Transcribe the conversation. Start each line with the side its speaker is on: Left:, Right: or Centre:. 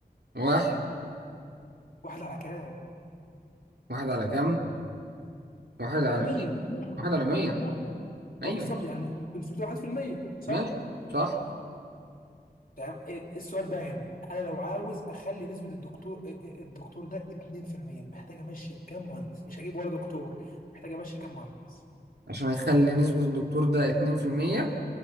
Right: واحد
Left: واحد على كام
Right: واحد على كام؟ واحد على
Left: على 100
Right: مية
Left: مجموعهم
Right: واحد على مية
Left: على مجموعهم
Right: أيوة
Left: اه بالظبط يعني نسبته 1% صح
Right: ماشي صح
Left: ده ايه- إيه السؤال بقى هنا انا لو عاوز اخلي نسبه الدكتور ايه- ايه- الدكتور ده 2% محتاج امشي كام مهندس مش هجيب ولا دكتور محتاج امشي كام مهندس
Right: عشان أخلي نسبة الدكتور ده اتنين في المية